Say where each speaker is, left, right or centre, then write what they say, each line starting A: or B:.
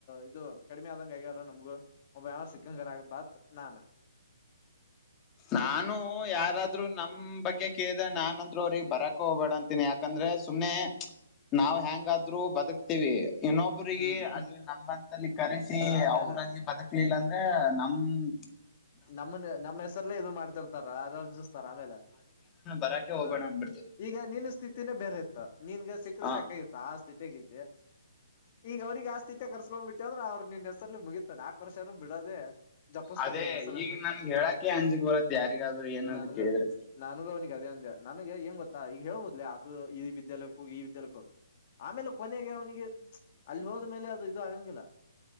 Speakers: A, on the left; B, on the left.
A: ಇದು ಕಡಿಮೆ ಆದಂಗ ಆಗ್ಯಾರ ನಮಗು ಒಬ್ಬ ಯಾರ ಸಿಕ್ಕಂಗರಗ ಬಾತ್ ನಾನು
B: ನಾನು ಯಾರಾದ್ರೂ ನಮ್ ಬಗ್ಗೆ ನಾನನ್ಂತ್ರೂ ಅವ್ರಿಗೆ ಬರಕ ಹೋಗಬೇಡ ಅಂತೀನಿ ಯಾಕಂದ್ರೆ ಸುಮ್ಮನೆ ನಾವವು್ ಹೆಂಗಾದ್ರೂ ಬದುಕ್ತೀವಿ ಇನ್ನೊಬ್ಬಿಗೆ
A: ಹ್ಮ್
B: ಅಲ್ಲಿ ನಮಂತಲ್ಲಿ ಕರೆಸಿ
A: ಆಮೇಲೆ
B: ಅವರಲ್ಲಿ ಬದುಕ್ಲಿಲ್ಲ ಅಂದ ಅ ನಮ್ಮ
A: ನಮ್ಮ ನಮ್ಮ್ ಹೆಸರ್ಲ್ಲೇ ಇದು ಮಾಡ್ತಿರ್ತಾರ ಆರ್ಜಿಸ್ತಾರ ಆಮೇಲೆ
B: ಹರಾೆ
A: ಹ
B: ಹೋಗೋಣ ಬ
A: ಈಗ ನಿನ್ ಸ್ಥಿತಿನೇ ಬೇರೆ ಇತ್ತ ನಿನ್ಗ ಸಿಕ್ಕರೆ
B: ಹಾ
A: ಸಾಕಾಗಿತ್ತ ಆ ಸ್ಥಿತಿಗ್ದೆ ಈಗ ಅವ್ರಿಗೆ ಆಸ್ತಿ ಕರ್ಸ್ಕೊಂಡ್ಬ ಬಿಟ್ಟೆ ಅಂದ್ರ ಅವ್ರ ನಿನ್ ಹೆಸರಲ್ಲಿ ಮುಗಿತತ ನಾಕಕ್ ವರ್ಷನು ಬಿಡದೆೇ
B: ಅದೇ
A: ಸರ್ ನಿ ಹೆ ಸರ್
B: ಈಗ ನನ್ಗೆ ಹೇಳಕ್ಕೆ ಅಂಜಿಕ್ ಬರತ್ತೆ ಯಾರಿಗಾದ್ರೂ ಏನಾದ್ರು
A: ನಾನಗ
B: ಕೇಳಿದ್ರೆ
A: ನಾನಗನಗೆ ಅದೇ ಅಂದ ನನಗೆ ಏಂಗ ಗೊತ್ತಾ ಈಗ ಹೇಳ್ಬೋದಿಲ್ಲ ಅದು ಈ ವಿದ್ಯಾಲಯಕ್ಕೂ ಈ ವಿದ್ಯಾಲಕ್ಕೂ ಆಮೇಲೆ ಕೊನೆಗೆ ಅವನಿಗೆ ಅಲ್ಲಿ ಹೋದ್ಮೇಲೆ ಅದು ಇದು ಆಗಂಗಿಲ್ಲ